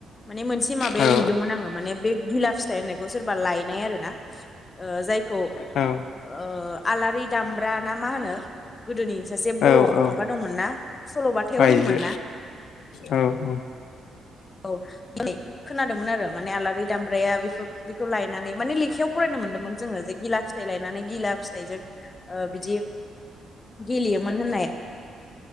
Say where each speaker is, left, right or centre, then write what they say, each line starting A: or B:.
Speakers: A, on the left; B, on the left.
A: माने मोनसे माबायाव
B: औ
A: नुदोंमोन आङो माने बे गिला फिथाइ होननाय खौ सोरबा लायनाय आरो ना ओ जायखौ
B: औ
A: ओ आलारि दामब्रा ना मा होनो गोदोनि सासे बर'
B: औ औ
A: माबा दंमोनना सल'बाथायाव
B: आइजो
A: दंमोनना?
B: औ औ।
A: औ <unintelligible> खोनादोंमोन आरो माने आलारि दामब्राया बेफोर बेखौ लायनानै माने लेखायाव फरायनो मोन्दोंमोन जोङो जे गिला फिथाइ लायनानै गिला फिथाइजों ओ बिदि गेलेयोमोन होननाय।